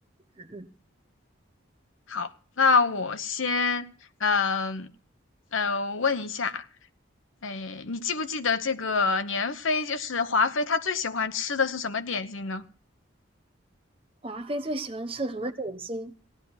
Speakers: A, on the right (about 25°); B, on the left (about 75°).
A: 嗯，
B: 好，那我先，嗯、呃，问一下，哎，你记不记得这个年妃，就是华妃，她最喜欢吃的是什么点心呢？
A: 华妃最喜欢吃的什么点心？